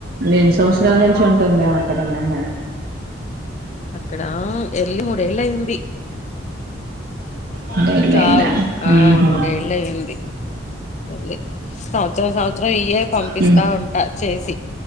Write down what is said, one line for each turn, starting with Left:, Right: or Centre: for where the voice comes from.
Right: ఎన్ని సంవత్సరాల నుంచి ఉంటుందేమో అక్కడ మీ అమ్మాయి
Left: అక్కడ ఎల్లి మూడేళ్ళ అయింది
Right: పదేళ్ళయిందా
Left: చావు ఆ
Right: ఊహూ
Left: మూడేళ్ళ అయింది వె సంవత్సరం సంవత్సరం ఇయ్య పంపిస్తా
Right: హ్మ్
Left: ఉంటా చేసి